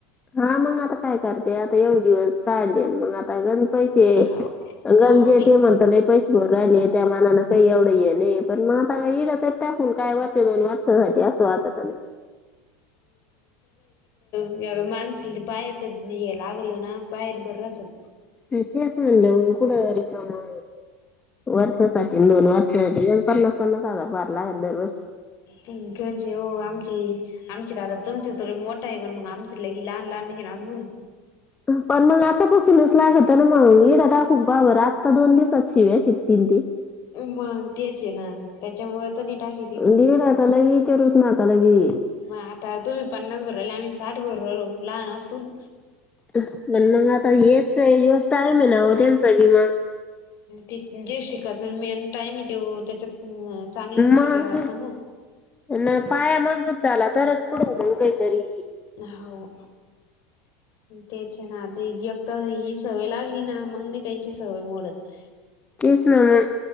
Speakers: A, on the left; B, on the left.
A: हा मग आता काय करते. आता एवढे दिवस काढले न मग आताण पैसे
B: हाव
A: गंजी
B: हाव बाई
A: ते म्हणता लय पैसे भर राहिले. त्या मानान काही एवढं आहे नाही पण मग आता येईला तरच टाकून. काय वर्ष दोन वार्ष होते असं वाटत.
B: इग मानसल बाहेरचे ये लागल ना बाहेर बर राहत.
A: तेच म्हणलं मग कुठं रिकामा वर्षासाठी दोन वर्षासाठीऊन पन्नास पन्नास हजार भरलाग दरवर्ष.
B: जेव्हा हो आमची आमचे दादा तुमचे थोडी मोठा आहे पण मग आमची लय लहान ल आम्ही हेला घीवून
A: पण मग आतापसूनच लागत ना मग? एडा टाकून पाहाबर आत्ता दोन दिवसात शिव्या शिकतील ते.
B: मग त्याच आहे ना. त्याच्यामुळ तनी टाकीे तिथं.
A: दीड आता लगे विचारूच नका लगे
B: मग आता तुम्ही पन्नास भर राहिले. आम्ही साठ बर रालो लहान असून.
A: पण मग आता येच हाय व्यवस्था आहे मी ना त्यांचा विमा
B: ते जे शिकायचं मेन टाईम आहे तो त्याच्यात चांगलं नाही शिकलं
A: मग
B: जात ना
A: ना पाया मजबूत झाला तरच पुढ हो ओ काहीतरी
B: हो तेचे ना. देगी एकत सवय लागली ना मग मी त्यांची सवय मोडत.
A: तेचना मग